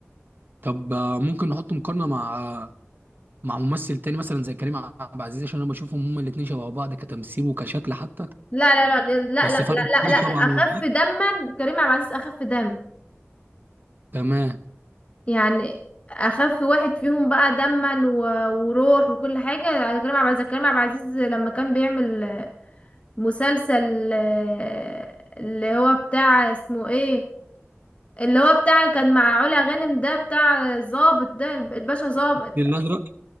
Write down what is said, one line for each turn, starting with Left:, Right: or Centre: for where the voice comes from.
Right: طب آه، ممكن نحط مقارنة مع مع ممثل تاني مثلا زي كريم عبد العزيز عشان انا بشوفهم هما الاتنين شبه بعض كتمثيل وكشكل حتى
Left: لا لا لا لا
Right: بس
Left: لا
Right: فرق
Left: لا
Right: كبير
Left: لا,
Right: طبعا
Left: لا. اخف
Right: والله.
Left: دما كريم عبد العزيز اخف دم
Right: تمام
Left: يعني اخف واحد فيهم بقى دما و- وروح وكل حاجه على كريم عبد العزيز كريم عبد العزيز لما كان بيعمل مسلسل آه، اللي هو بتاع اسمه ايه اللي هو بتاع كان مع علا غانم ده بتاع ظابط ده الباشا ظابط
Right: الفيل الازرق